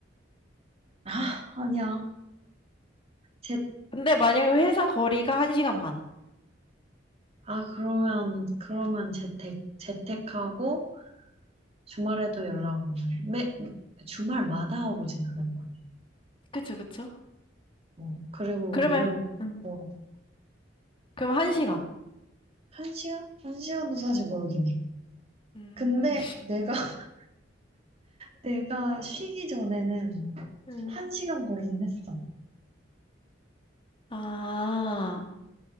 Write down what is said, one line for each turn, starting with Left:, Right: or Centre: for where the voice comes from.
Right: 아, 아니야. 재,
Left: 근데 만약에 회사 거리가 1시간 반.
Right: 아, 그러면, 그러면 재택, 재택하고, 주말에도 연락 오고, 매, 주말마다 오진 않을 거 아니야.
Left: 그쵸, 그쵸?
Right: 어, 그리고
Left: 그러면,
Right: 너무
Left: 응.
Right: 멀어.
Left: 그럼 1시간.
Right: 한 시간? 한 시간도 사실 멀긴 해.
Left: 음.
Right: 근데 내가, <laughs> 내가 쉬기 전에는
Left: 음.
Right: 한 시간 거리긴 했어.
Left: 아,